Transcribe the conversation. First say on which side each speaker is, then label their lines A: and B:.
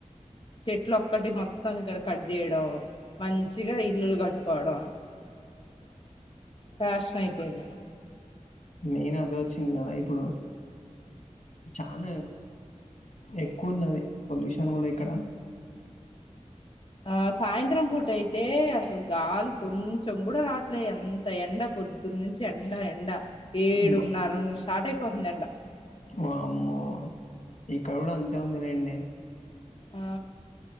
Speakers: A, on the left (about 40°); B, on the left (about 75°).
A: చెట్లు ఒక్కటి మొత్తం ఇక్కడ కట్ చేయడం మంచిగా ఇల్లులు కట్టుకోవడం ఫ్యాషన్ అయిపోయింది
B: మెయిన్ అదే వచ్చింది కదా ఇప్పుడు చాన ఎక్కువన్నది పొల్యూషన్ కూడా ఇక్కడ
A: ఆ సాయంత్రం ఫుటైతే అసల్ గాలి కొంచెం కూడా రాట్లే ఎంత ఎండ పొద్దున్న నుంచి ఎండ ఎండ
B: వామ్మో
A: ఏడున్నార నుంచి స్టార్ట్ అయిపో <unintelligible> నిండా
B: వామ్మో ఇక్కడ కూడా అంతే ఉంది లేండి
A: ఆ